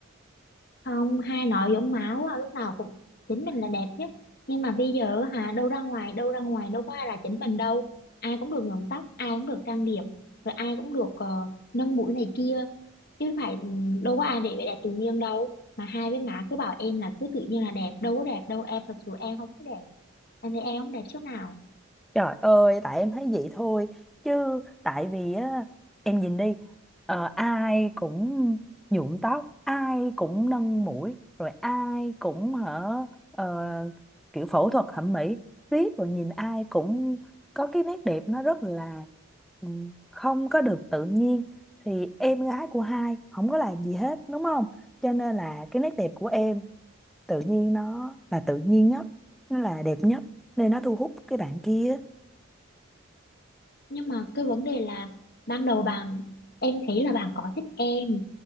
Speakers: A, on the left (about 50°); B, in the centre.
A: không hai nội giống máu á, lúc nào cũng chính mình là đẹp nhất nhưng mà bây giờ hả đâu ra ngoài đâu ra ngoài đâu có ai là chính mình đâu ai cũng được nhuộm tóc ai cũng được trang điểm rồi ai cũng được ờ, nâng mũi này kia chứ phải ừ, đâu có ai để vẻ đẹp tự nhiên đâu mà hai với má cứ bảo em là cứ tự nhiên là đẹp đâu có đẹp đâu em thật sự em không có đẹp em thấy em không đẹp chút nào
B: Trời ơi, tại em thấy vậy thôi. Chứ tại vì á, em nhìn đi, ờ, ai cũng nhuộm tóc, ai cũng nâng mũi, rồi ai cũng hở ờ, kiểu phẫu thuật thẩm mỹ. Riết rồi nhìn ai cũng có cái nét đẹp nó rất là ừ, không có được tự nhiên. Thì em gái của hai không có làm gì hết, đúng không? Cho nên là cái nét đẹp của em tự nhiên nó là tự nhiên nhất, nó là đẹp nhất. Nên nó thu hút cái bạn kia
A: nhưng mà cái vấn đề là ban đầu bạn em thấy là bạn có thích em